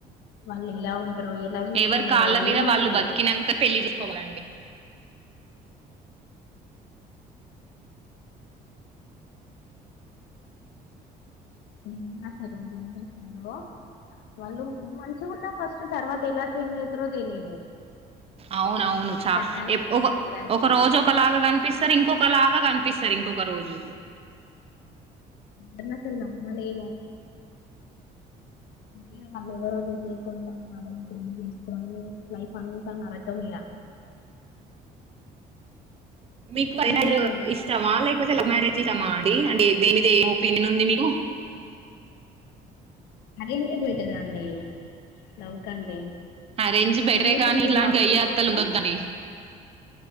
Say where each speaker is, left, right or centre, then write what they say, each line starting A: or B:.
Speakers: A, on the left (about 75°); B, on the right (about 35°).
A: మళ్ళీలావ్ తరో ఎలా చూసుకుంటారో
B: ఎవరి కాళ్ళ మీద
A: ఏం
B: వాళ్ళు
A: తెలిదు.
B: బతికినాక పెళ్లి చేసుకోవాలండి
A: అన్ అసలు ఏం చేసినారో వాళ్ళు మంచిగా ఉన్న ఫస్ట్ తర్వాత ఎలా చేంజ్ అయితరో తెలియదు.
B: అవునవును చ
A: కట్నాలు
B: ఇప్
A: ఇస్తారా
B: ఒక
A: లేదా అనుకుంటారు
B: ఒక రోజు ఒకలాగా కనిపిస్తారు ఇంకొక్ ఒక లాగ కనిపిస్తారు ఇంకొక రోజు.
A: నన్నస్సలు నమ్మలేను. ఇ వాళ్ళ ఎవరో తెలియకుండా వాళ్ళని తెలియజేసుకోండి లైఫ్ అంతా నరకం ఇలా
B: మీకు
A: ఇండిపెండెంట్
B: పరిణయు
A: గా ఉండాలి
B: ఇష్టమా లేకపోతే లవ్ మ్యారేజి ష్టమా అండి అంటే ఏ దేని మీద ఏ ఒపీనియన్ ఉంది మీకు
A: అరెంజ్ బెటర్ అండి లవ్ కంటే
B: ఆ రేంజ్ బెటరే
A: ఎందుకంటే
B: కాగానీ ఇలాంటి
A: లవ్
B: గయ్య
A: చేసుకుంటే
B: అత్తలు ఉండద్దండి.